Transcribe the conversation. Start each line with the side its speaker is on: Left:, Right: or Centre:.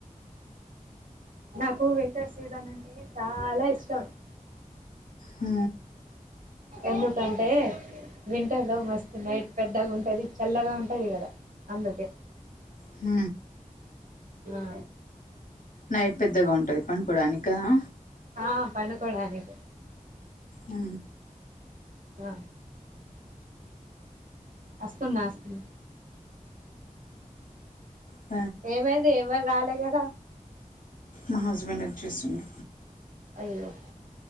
Right: నాకు వింటర్ సీజన్ ఆన్ టె చాలా ఇష్టం
Left: ఆ
Right: ఎందుకంటే వింటర్లో మస్తు నైట్ పెద్దగా ఉంటుంది చల్లగా ఉంటుంది కదా అందుకే
Left: హ
Right: ఆ
Left: నైట్ పెద్దగా ఉంటుంది పనుకోడానికి కదా
Right: ఆ పన్నుకోడానికి
Left: ఆ
Right: ఆ వస్తున్న వస్తున్న
Left: అ
Right: ఏమైంది ఎవరులే కదా
Left: మా హస్బెండ్ వచ్చేసిండు
Right: అయ్యో